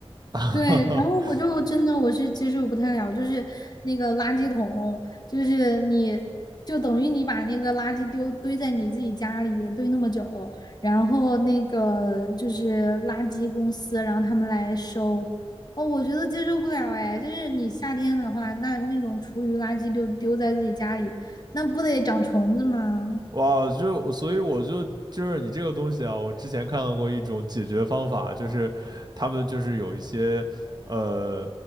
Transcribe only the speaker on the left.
对，然后我就真的我是接受不太了，就是那个垃圾桶，就是你就等于你把那个垃圾丢堆在你自己家里堆那么久，然后那个就是垃圾公司，然后他们来收，哦，我觉得接受不了哎，就是你夏天的话，那那种厨余垃圾就丢在自己家里，那不得长虫子吗？